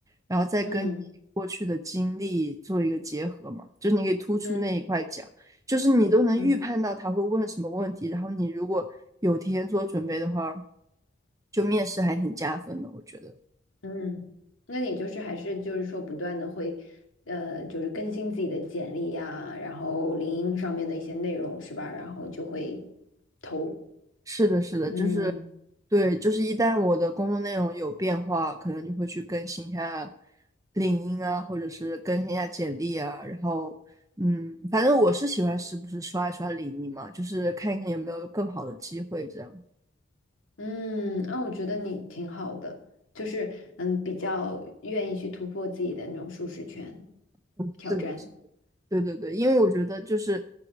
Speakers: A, on the right; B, on the left.
A: 然后再跟你过去的经历做一个结合嘛。
B: 嗯
A: 就是你可以突出那一块讲，
B: 嗯
A: 就是你都能预判到他会问什么问题，
B: 嗯
A: 然后你如果有提前做准备的话，就面试还挺加分的，我觉得。
B: 嗯，那你就是还是就是说不断的会，呃，就是更新自己的简历呀，然后领英上面的一些内容是吧？然后就会投，
A: 是的，是的，
B: 嗯
A: 就是对，就是一旦我的工作内容有变化，可能就会去更新一下领英啊，或者是更新一下简历啊。然后，嗯，反正我是喜欢时不时刷一刷领英嘛，就是看一看有没有更好的机会这样。
B: 嗯，那我觉得你挺好的，就是嗯，比较愿意去突破自己的那种舒适圈，挑战，
A: 是的。对对对，因为我觉得就是